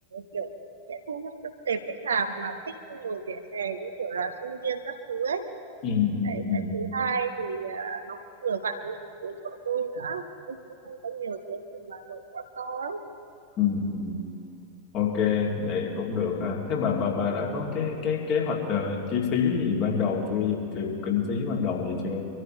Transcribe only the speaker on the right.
kiểu sẽ thu hút được tệp khách hàng mà thích ngồi vỉa hè như kiểu là sinh viên các thứ ấy
đấy
cái thứ hai thì à, nó cũng vừa vặn với chính cuối của tôi nữa tôi cũng không có nhiều thứ gì mà đổi quá to ấy